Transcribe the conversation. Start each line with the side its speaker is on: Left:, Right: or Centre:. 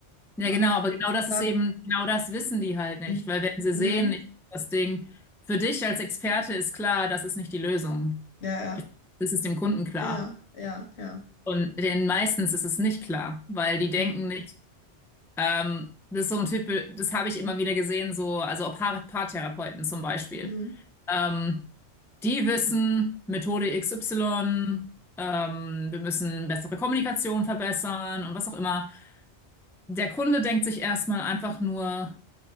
Centre: Ja,
Left: ne?
Centre: genau, aber genau das
Left: Da,
Centre: ist eben, genau das wissen die halt nicht,
Left: Mhm.
Centre: weil wenn sie
Left: Mhm.
Centre: sehen, ich, das Ding, für dich als Experte ist klar, das ist nicht die Lösung.
Left: ja, ja,
Centre: Das ist dem Kunden klar.
Left: ja, ja, ja.
Centre: Und den meistens ist es nicht klar, weil die denken
Left: Mhm.
Centre: nicht, Ähm, das ist so ein Typ, das habe ich immer wieder gesehen, so, also auch Paar Paartherapeuten zum Beispiel.
Left: Mhm.
Centre: Ähm, die wissen, Methode XY, ähm, wir müssen bessere Kommunikation verbessern und was auch immer. Der Kunde denkt sich erstmal einfach nur,